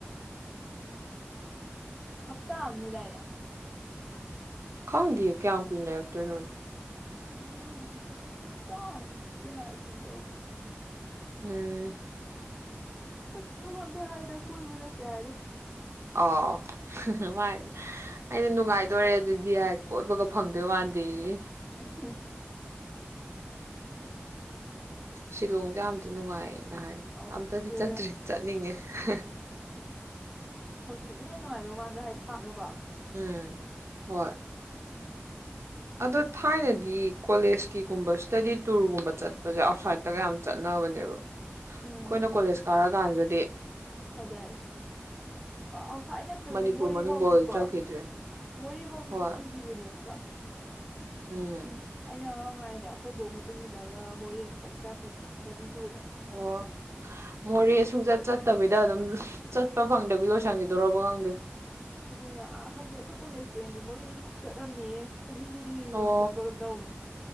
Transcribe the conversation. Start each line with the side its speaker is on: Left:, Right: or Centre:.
Centre: ꯍꯞꯇꯥ ꯑꯅꯤꯗꯥꯔꯌꯥ
Right: ꯈꯥꯎꯗꯦ ꯀꯌꯥ ꯀꯨꯅꯛꯇꯅꯗꯤ
Centre: ꯎ ꯃꯥ ꯉꯁꯦ ꯁꯞꯇꯝ ꯀ ꯍꯥꯏꯥꯏ ꯀꯨꯝꯨꯝ ꯇꯧ
Right: ꯎꯝ
Centre: ꯑꯁ ꯊꯕꯛꯅꯦ ꯍꯥꯏꯗ ꯀꯣꯏꯕ ꯅꯠꯇꯦ ꯍꯥꯏꯗꯣ
Right: ꯑꯣ ꯥꯏ ꯑꯩꯅ ꯅꯨꯡꯉꯥꯏꯗꯣꯔꯦ ꯑꯗꯨꯗꯤ ꯀꯣꯏꯕꯒ ꯐꯪꯗꯣꯏ ꯃꯥꯟꯗꯤꯦ
Centre: ꯎ
Right: ꯁꯤꯂꯣꯡꯗ ꯌꯥꯝꯗꯤ ꯅꯨꯡꯉꯥꯏꯌꯦ ꯉꯍꯥꯏ
Centre: ꯑꯧ
Right: ꯑꯝꯇꯗꯤ
Centre: ꯋꯦꯗꯔ
Right: ꯆꯠꯇ꯭ꯔꯤ ꯆꯠꯅꯤꯡꯉꯦ ꯍ
Centre: ꯍꯧꯖꯤꯛꯅ ꯍꯦꯟꯅ ꯅꯨꯡꯉꯥꯏꯗꯧ ꯃꯥꯟꯗ꯭ꯔꯣ ꯍꯥꯏ ꯁꯥꯃꯤꯅꯨꯀꯣ
Right: ꯎꯝ ꯍꯣꯏ ꯑꯗꯣ ꯊꯥꯏꯅꯗꯤ ꯀꯣꯂꯦꯖꯀꯤꯒꯨꯝꯕ ꯏꯁꯇꯗꯤ ꯇꯨꯔꯒꯨꯝꯕ ꯆꯠꯄꯁꯦ ꯑꯥꯎꯠꯁꯥꯏꯗꯠꯇꯒ ꯌꯥꯝ ꯆꯠꯅꯕꯅꯦꯕ ꯑꯩꯈꯣꯏꯅ
Centre: ꯎꯝ
Right: ꯀꯣꯂꯦꯖ ꯀꯥꯔ ꯀꯥꯟꯗꯗꯤ
Centre: ꯐꯖꯔꯦ ꯑꯥꯎꯠꯁꯥꯏꯠ ꯅꯠꯇ꯭ꯔꯁꯨ
Right: ꯃꯅꯤꯄꯨꯔ
Centre: ꯃꯣꯔꯦ
Right: ꯃꯅꯨꯡꯐꯥꯎ
Centre: ꯐꯥꯎꯗꯤꯀꯣ
Right: ꯆꯠꯈꯤꯗ꯭ꯔꯦ
Centre: ꯃꯣꯔꯦ ꯐꯥꯎꯗꯤ
Right: ꯍꯣꯏ
Centre: ꯑꯗꯨꯝ ꯄꯨꯕꯤꯕꯅꯦꯕꯀꯣ
Right: ꯎꯝ
Centre: ꯑꯩꯅ ꯉꯔꯥꯡꯉꯥꯏꯗ ꯑꯩꯈꯣꯏꯐꯧ ꯃꯇꯨꯡ ꯏꯜꯂꯒ ꯃꯣꯔꯦ ꯑꯃꯨꯛꯇꯪ ꯆꯠꯈ꯭ꯔꯦꯇꯤ ꯇꯨꯔꯗ
Right: ꯑꯣ ꯃꯣꯔꯦ ꯁꯨꯡꯆꯠ ꯆꯠꯇꯕꯤꯗ ꯑꯗꯨꯝ ꯆꯠꯄ ꯐꯪꯗꯕꯤ ꯂꯣꯏꯁꯟꯈꯤꯗꯔꯕ ꯈꯪꯗꯦ
Centre: ꯑꯗꯨꯅꯦ ꯍꯥꯏꯗꯤ ꯑꯩꯈꯣꯏ ꯀꯣꯂꯦꯖꯀꯤ ꯑꯣꯏꯅꯗꯤ ꯃꯣꯔꯦꯗꯤ ꯈꯨꯆꯠꯂꯝꯅꯤ ꯆꯍꯤ ꯈꯨꯗꯤꯡꯒꯤ ꯌꯕ
Right: ꯑꯣ
Centre: ꯆ ꯄ꯭ꯔꯣꯒ꯭ꯔꯥꯝ ꯇꯧꯕꯅꯤ